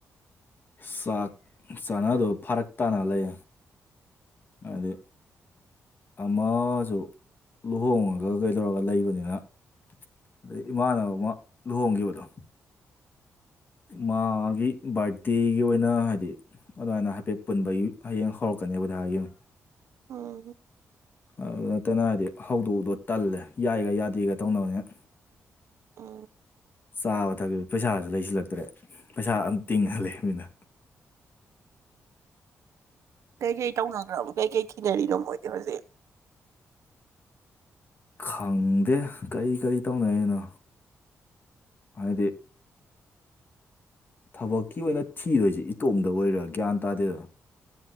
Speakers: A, on the left (about 40°); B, on the right (about 75°).
A: ꯆꯥꯛ ꯆꯥꯅꯗꯨꯣ ꯐꯔꯛ ꯇꯥꯅ ꯂꯩ ꯑꯗ ꯑꯃꯁꯨ ꯂꯨꯍꯣꯡꯉꯒ ꯀꯩꯗꯧꯔꯒ ꯂꯩꯕꯅꯤꯅ ꯑꯗꯩ ꯏꯃꯥꯅꯕ ꯑꯃ ꯂꯨꯍꯣꯡꯈꯤꯕꯗꯣ ꯃꯥꯒꯤ ꯕꯥꯔꯗꯦꯒꯤ ꯑꯣꯏꯅ ꯍꯥꯏꯗꯤ ꯑꯗꯨꯃꯥꯏꯅ ꯍꯥꯏꯐꯦꯠ ꯄꯨꯟꯕꯒꯤ ꯍꯌꯦꯡ ꯍꯧꯔꯛꯀꯅꯦꯕ ꯀꯗꯥ
B: ꯑꯣ
A: ꯑꯗꯨ ꯅꯠꯇꯅ ꯍꯥꯏꯗꯤ ꯍꯧꯗꯣꯛꯗꯣ ꯇꯜꯂꯦ ꯌꯥꯏꯒ ꯌꯥꯗꯦꯒ ꯇꯧꯅꯕꯅꯦ
B: ꯑ
A: ꯆꯥꯕ ꯊꯛꯄ ꯄꯩꯁꯥꯁꯨ ꯂꯩꯁꯤꯜꯂꯛꯇ꯭ꯔꯦ ꯄꯩꯁꯥ ꯑꯝ ꯇꯤꯡꯍꯜꯂꯕ ꯃꯤꯅ
B: ꯀꯩꯀꯩ ꯇꯧꯅꯈ꯭ꯔꯕ ꯀꯩꯀꯩ ꯊꯤꯅꯔꯤꯅꯣ ꯃꯣꯏꯗꯤ ꯍꯧꯖꯤꯛ
A: ꯈꯪꯗꯦ ꯀꯔꯤ ꯀꯔꯤ ꯇꯧꯅꯩ ꯑꯩꯅꯣ ꯍꯥꯏꯗꯤ ꯊꯕꯛꯀꯤ ꯑꯣꯏꯅ ꯊꯤꯗꯣꯏꯁꯤꯦ ꯏꯇꯣꯝꯗ ꯑꯣꯏꯔꯥ ꯒ꯭ꯌꯥꯟ ꯇꯥꯗꯦꯗ